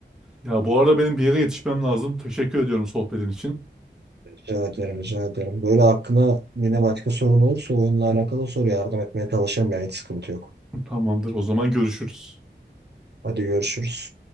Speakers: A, in the centre; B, on the right (about 65°).
A: Ya bu arada benim bir yere yetişmem lazım. Teşekkür ediyorum sohbetin için.
B: Rica ederim, rica ederim. Böyle aklına yine başka sorun olursa oyunla alakalı soru yardım etmeye çalışırım ya. Hiç sıkıntı yok.
A: Tamamdır. O zaman görüşürüz.
B: Hadi görüşürüz.